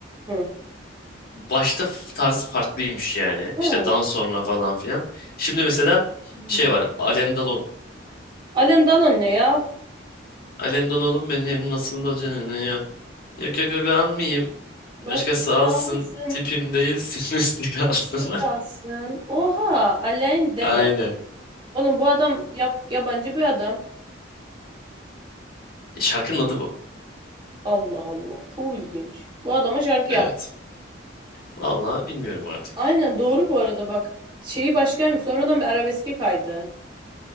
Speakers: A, on the right; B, on the left.
A: Hı.
B: başta f- tarzı farklıymış yani.
A: Ha.
B: İşte dan sonra falan filan. Şimdi mesela
A: Hmm.
B: şey var. Alendalon.
A: Alın dalın ne ya?
B: Alendalon'um benim nasıl da canını ya. Yok yok yok almayayım. Başkası
A: Başkası
B: alsın.
A: alsın
B: Tipim değilsin. <laughs> Üstü kalsın.
A: Üstü kalsın. Oha, Alain Delon.
B: <laughs> Aynen.
A: Oğlum bu adam yap, yabancı bir adam.
B: E, Şarkının adı bu.
A: Allah Allah, çok ilginç. Bu adama şarkı
B: Evet.
A: yap.
B: Vallahi bilmiyorum artık.
A: Aynen doğru bu arada bak. Şeyi başkaymış. Sonradan bir arabeske kaydı.